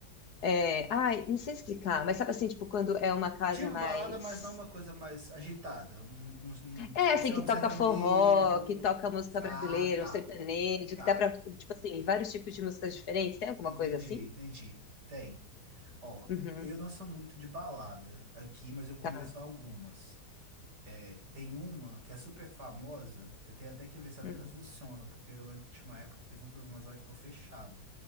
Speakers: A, on the left; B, on the right.
A: É, ai, não sei explicar, mas sabe assim, tipo, quando é uma casa
B: Tipo
A: mais.
B: balada, mas não uma coisa mais agitada. Um, um, um- tipo,
A: É, assim,
B: sei
A: que
B: lá, um
A: toca
B: sertanejo.
A: forró, que toca música
B: Ah,
A: brasileira,
B: tá.
A: um sertanejo,
B: Tá.
A: que dá pra, tipo assim, vários tipos de músicas diferentes. Tem alguma
B: Entendi,
A: coisa assim?
B: entendi. Tem. Ó,
A: Uhum,
B: eu não sou muito de balada aqui, mas eu conheço
A: tá.
B: algumas. É, tem uma que é super famosa, eu tenho até que ver se ela
A: Hum.
B: ainda funciona, porque eu lembro que tinha uma época que teve uns problemas lá e ficou fechado.